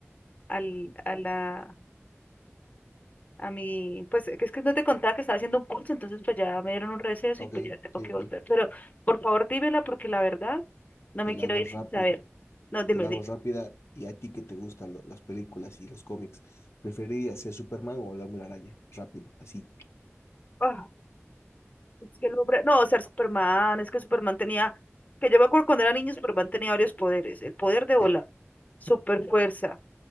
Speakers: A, on the left; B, on the left.
A: al- a la... A mi, pues es que no te contaba que estaba haciendo un curso, entonces pues ya me dieron un receso
B: ok,
A: y pues ya tengo
B: ok,
A: que
B: ok,
A: volver. Pero por favor dímela porque la verdad no
B: te
A: me
B: la
A: quiero
B: hago
A: ir
B: rápido.
A: sin saber. No, dime,
B: Te la hago rápida y a ti que te gustan lo- las películas y los cómics, ¿preferirías ser Superman o el Hombre Araña? Rápido, así.
A: dime. Es que el hombre, no, o sea, Superman, es que Superman tenía, que yo me acuerdo cuando era niño, Superman tenía varios poderes, el poder de volar,
B: Sí,
A: super fuerza,